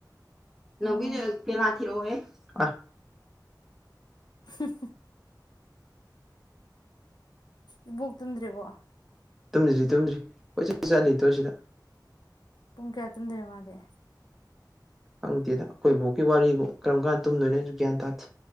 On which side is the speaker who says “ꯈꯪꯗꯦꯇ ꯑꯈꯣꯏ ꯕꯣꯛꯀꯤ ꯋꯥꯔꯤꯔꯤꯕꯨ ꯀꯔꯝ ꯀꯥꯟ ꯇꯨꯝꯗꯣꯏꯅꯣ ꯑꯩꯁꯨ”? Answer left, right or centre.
Centre